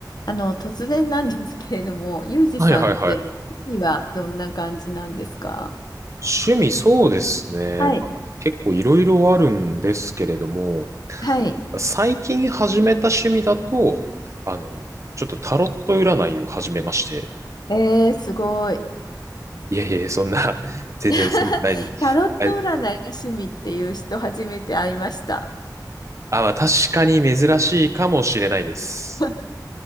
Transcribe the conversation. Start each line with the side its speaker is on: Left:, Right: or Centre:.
Left: あの、突然なんですけれども、ユージさんって趣味はどんな感じなんですか
Right: はいはいはい。趣味そうですね。
Left: はい。
Right: まあなんか結構いろいろあるんですけれども、
Left: はい。
Right: 最近始めた趣味だと、あの、ちょっとタロット占いを始めまして。
Left: えー、すごい。
Right: いやいやいや、そんな、<laughs> 全然すごくないで。
Left: <laughs> タロット占いが趣味っていう人初めて会いました。
Right: あ、あ、まあ確かに珍しいかもしれないです。
Left: <laughs>